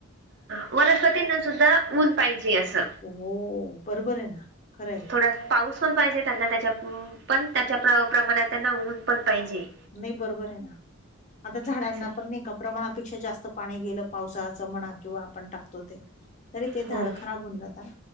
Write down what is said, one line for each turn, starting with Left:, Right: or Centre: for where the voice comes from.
Right: वनस्पतींना सुद्धा ऊन पाहिजे असं.
Left: हो, बरोबर आहे ना. खरंय.
Right: थोडा पाऊस पण पाहिजे त्यांना, त्याच्या पण त्याच्या प्रमाणात त्यांना ऊन पण पाहिजे.
Left: नाही, बरोबर आहे ना. आता झाडांना
Right: असं
Left: पण नाही का प्रमाणापेक्षा जास्त पाणी गेलं, पावसाचं म्हणा किंवा आपण टाकतो ते तरी ते झाडं
Right: हो
Left: खराब होऊन जाता ना.